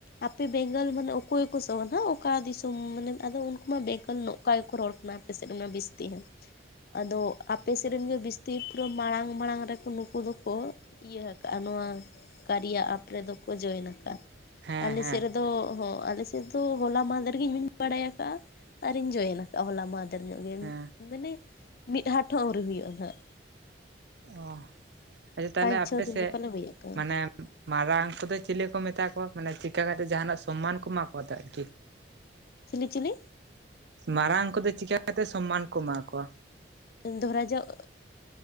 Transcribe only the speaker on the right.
ᱦᱮᱸ
ᱦᱮᱸ
ᱦᱮᱸ
ᱚ ᱟᱪᱪᱷᱟ ᱛᱟᱦᱚᱞᱮ
ᱟᱯᱮ
ᱥᱮᱫ
ᱢᱟᱱᱮ ᱢᱟᱨᱟᱝ ᱠᱚᱫᱚ ᱪᱤᱞᱤ ᱠᱚ ᱢᱮᱛᱟ ᱠᱚᱣᱟ ᱢᱟᱱᱮ ᱪᱤᱠᱟ ᱠᱟᱛᱮᱜ ᱡᱟᱦᱟᱱᱟᱜ ᱥᱚᱢᱢᱟᱱ ᱠᱚ ᱮᱢᱟ ᱠᱚᱣᱟ ᱟᱨᱠᱤ
ᱢᱟᱨᱟᱝ ᱠᱚᱫᱚ ᱪᱤᱠᱟ ᱠᱟᱛᱮ ᱥᱚᱢᱢᱟᱱ ᱠᱚ ᱮᱢᱟ ᱠᱚᱣᱟ